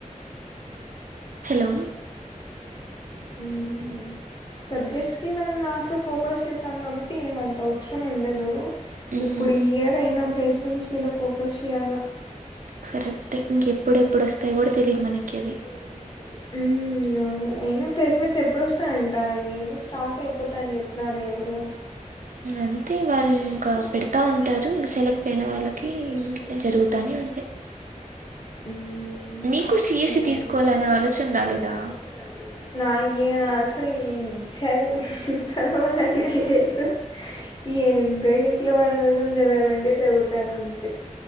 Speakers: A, on the right (about 75°); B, on the left (about 35°).
A: హలో
B: ఉమ్ సబ్జెక్ట్స్ కి మనం లాస్ట్ లో ఫోకస్ చేశాం కాబట్టి ఏం అంత అవసరం ఉండదు
A: ఉమ్
B: ఇప్పుడు ఈ ఇయర్ అయినా ప్లేస్మెంట్స్ మీద ఫోకస్ చేయాల
A: కరెక్టే ఇంకెప్పుడెప్పుడు వస్తాయో గూడ తెలీదు మనకి అవి
B: <unintelligible> అవును అయినా ప్లేస్మెంట్స్ ఎప్పుడోస్తాయంట నేనూ స్టార్ట్ అయిపోతా అని చెప్పినారు ఎవరో
A: అంతే వాళ్ళు
B: అయితే
A: ఇంకా
B: వాళ్ళు
A: పెడతా ఉంటారు
B: ఇంకా పెడతామంటారు
A: ఇంక సెలెక్ట్ అయిన వాళ్ళకి
B: ఇంక సెలెక్ట్ అయిన
A: ఇంక
B: వాళ్ళకి
A: జరుగుతానే
B: <inaudible>
A: ఉంటాయి
B: ఉమ్
A: నీకు సిఎస్సి
B: సర్లే
A: తీసుకోవాలనే
B: ఐ
A: ఆలోచన రాలేదా
B: నాకేం రా అసలు చదువు చదవాలనే లేదు ఏందో ఇంట్లో వాళ్ళ కోసం చదవాలంటే చదువుతానం అంతే